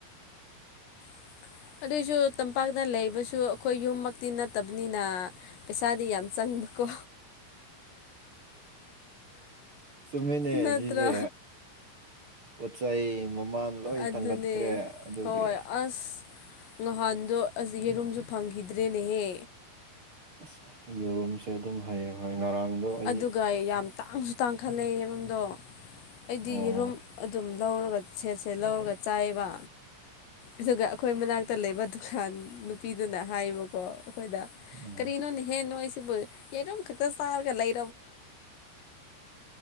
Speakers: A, on the left (about 80°); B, on the right (about 30°).
A: <inaudible> ꯑꯗꯨꯏꯁꯨ ꯇꯝꯄꯥꯛꯇ ꯂꯩꯕꯁꯨ ꯑꯩꯈꯣꯏ ꯌꯨꯝꯃꯛꯇꯤ ꯅꯠꯇꯕꯅꯤꯅ ꯄꯩꯁꯥꯗꯤ ꯌꯥꯝ ꯆꯪꯉ <unintelligible> ꯀꯣ
B: ꯁꯃꯤꯅꯦ
A: ꯅꯠꯇ꯭ꯔꯥ
B: ꯁꯤꯁꯦ ꯄꯣꯠ ꯆꯩ ꯃꯃꯥꯟ ꯂꯣꯏ
A: ꯑꯗꯨꯅꯦ
B: ꯊꯥꯡꯒꯠꯈ꯭ꯔꯦ ꯑꯗꯨꯒꯤ
A: ꯍꯣꯏ ꯑꯁ ꯅꯍꯥꯟꯗꯣ ꯑꯁꯤꯒꯤꯔꯨꯝꯁꯨ ꯐꯪꯈꯤꯗ꯭ꯔꯦꯅꯦꯍꯦ
B: ꯑꯁ ꯌꯨꯔꯨꯝꯁꯦ ꯑꯗꯨꯝ ꯍꯌꯦꯡ ꯍꯣꯏ ꯉꯔꯥꯡꯗꯣ ꯑꯩ
A: ꯑꯗꯨꯒ ꯌꯥꯝ ꯇꯥꯡꯁꯨ ꯇꯥꯡꯈꯠꯂꯦ ꯌꯦꯔꯨꯝꯗꯣ ꯑꯩꯗꯤ
B: ꯑꯣ
A: ꯌꯦꯔꯨꯝ ꯑꯗꯨꯝ ꯂꯧꯔꯒ ꯁꯦꯠ ꯁꯦꯠ ꯂꯧꯔꯒ ꯆꯥꯏꯕ ꯑꯗꯨꯒ ꯑꯩꯈꯣꯏ ꯃꯅꯥꯛꯇ ꯂꯩꯕ ꯗꯨꯀꯥꯟ ꯅꯨꯄꯤꯗꯨꯅ ꯍꯥꯏꯕꯀꯣ ꯑꯩꯈꯣꯏꯗ
B: ꯑꯣ
A: ꯀꯔꯤꯅꯣꯅ ꯍꯦ ꯅꯣꯁꯤꯕꯨ ꯌꯦꯔꯨꯝ ꯈꯛꯇ ꯆꯥꯔꯒ ꯂꯩ